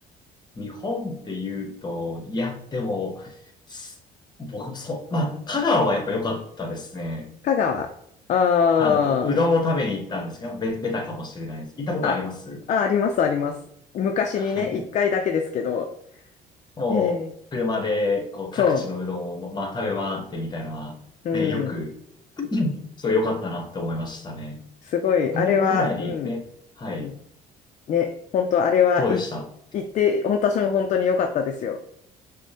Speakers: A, on the left (about 25°); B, on the left (about 45°).
A: 日本って言うと、いや、でも、す僕もそう、まあ、香川はやっぱ良かったですね。
B: 香川。ああ。
A: あの、ううどんを食べに行ったんですけど、ベベタかもしれないです。行ったことあります
B: あ、あ、あります、あります。昔にね、
A: はい。
B: 一回だけですけど。
A: もう、
B: ええ、
A: 車で、こう、
B: そ
A: 各地のうどんを、まあ、食べ回ってみたいなのは、
B: う。うん。
A: ね、よく、<clears throat> すごい良かったなって思いましたね。
B: すごい。
A: 去年ぐらいにね、
B: あれは、うん。
A: はい。
B: うんね、本当あれは、
A: どうでした
B: い、行って、本当私も本当に良かったですよ。